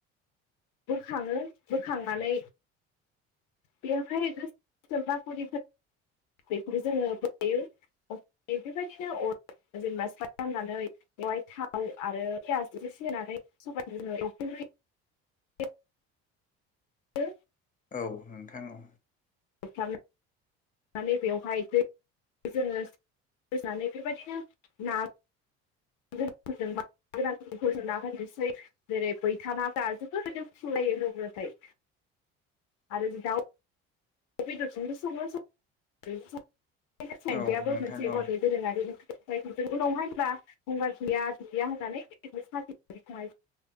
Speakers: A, on the left (about 75°); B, on the left (about 25°).
A: <inaudible> बोखाङो बोखांनानै बेवहाय गोससोम बाखलि बेखौ जोङो <unintelligible> बेबायदिनो <unintelligible> जेनेबा सा राननानै बेवहाय थाव आरो पियास एसे सोनानै सबायखौ जोङो <unintelligible> <unintelligible> <unintelligible>
B: औ नोंथां औ
A: फ्राम नानै बेवहाय दै <inaudible> जोङो <unintelligible> बेबायदिनो ना <unintelligible> जेरै <unintelligible> आरो दाव बेदरजोंबो सङो सं <unintelligible> बे सान्द्रियाबो
B: औ नोंथां
A: मोनसे बर'नि
B: औ
A: दोरोङारि <unintelligible> <unintelligible> उनावहाय होनब्ला गंगार गैया <unintelligible> होननानै <unintelligible>